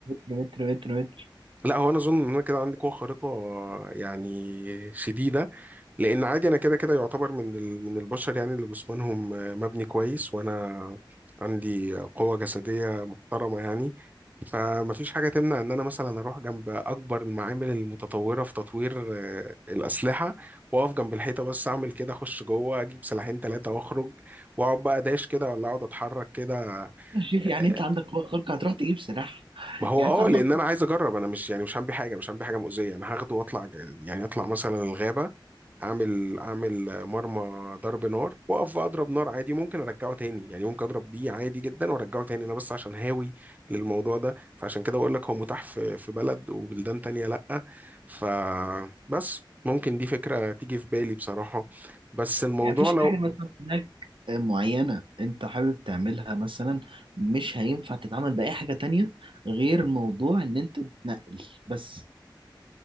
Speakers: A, on the right (about 80°); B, on the right (about 20°).
A: متر متر متر متر
B: لا هو انا اظن ان انا كده عندي قوه خارقه آه، يعني شديده لان عادي انا كده كده يعتبر من ال- من البشر يعني اللي جسمانهم آه، مبني كويس وانا عندي قوه جسديه محترمه يعني فمفيش حاجة تمنع إن أنا مثلا أروح جنب أكبر المعامل المتطورة في تطوير آه، الأسلحة وأقف جنب الحيطة بس أعمل كده أخش جوه أجيب سلاحين تلاتة وأخرج وأقعد بقى داش كده ولا أقعد أتحرك كده
A: شوف
B: آه،
A: يعني انت عندك قوة خارقة هتروح تجيب سلاح
B: ما هو
A: يعني انت عندك
B: أه لأن أنا عايز أجرب أنا مش يعني مش هعمل حاجة مش هعمل حاجة مؤذية أنا هاخده وأطلع ج- يعني أطلع مثلا الغابة اعمل اعمل مرمى ضرب نار واقف اضرب نار عادي ممكن ارجعه تاني يعني ممكن اضرب بيه عادي جدا وارجعه تاني انا بس عشان هاوي للموضوع ده فعشان كده بقول لك هو متاح في في بلد وبلدان تانية لا فبس ممكن دي فكرة تيجي في بالي بصراحة بس الموضوع
A: يعني مفيش
B: لو
A: حاجة مثلا هناك معينة انت حابب تعملها مثلا مش هينفع تتعامل بأي حاجة تانية غير موضوع ان انت تنقل بس